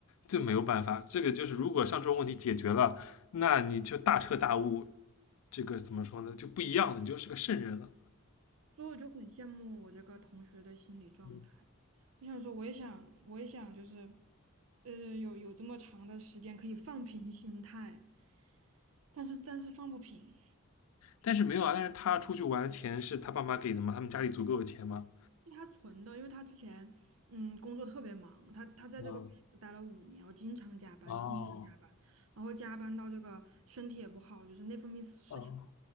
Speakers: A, on the left (about 75°); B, on the right (about 70°).
A: 就没有办法。这个就是如果像这种问题解决了，那你就大彻大悟，这个怎么说呢？就不一样了，你就是个圣人了。
B: 所以我就很羡慕我这个同学的心理状态。
A: 嗯。
B: 我想说，我也想，我也想，就是，呃，有有这么长的时间可以放平心态，但是但是放不平，
A: 但是没有啊，但是他出去玩的钱是他爸妈给的嘛，他们家里足够有钱嘛。
B: 是他存的，因为他之前嗯工作特别忙，他他在这个公司待了五年，
A: 嗯，
B: 我经常加班，
A: 哦
B: 经常加班，然后加班到这个身体也不好，就是内分泌失调，
A: 哦，